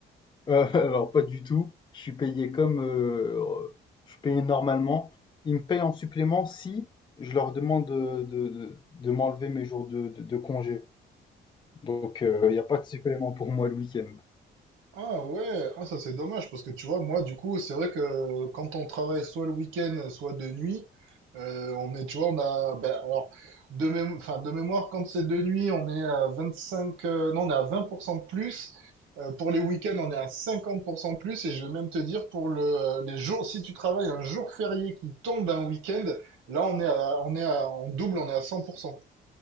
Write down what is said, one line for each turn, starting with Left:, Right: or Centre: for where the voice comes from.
Left: Heu, <laughs> alors, pas du tout. Je suis payé comme, heu, je suis payé normalement. Ils me payent en supplément si je leur demande de de de de m'enlever mes jours de de de congé. Donc, euh, il y a pas de supplément pour moi le week-end.
Right: Ah ouais, ah ça c'est dommage parce que tu vois, moi du coup, c'est vrai que quand on travaille soit le week-end, soit de nuit, euh, on est, tu vois, on a, ben, alors, de mémo- enfin, de mémoire, quand c'est de nuit, on est à 25, euh, non, on est à 20% de plus. Euh, pour les week-ends, on est à 50% de plus. Et je vais même te dire, pour le, les jours, si tu travailles un jour férié qui tombe un week-end, là, on est à, on est à, en double, on est à 100%.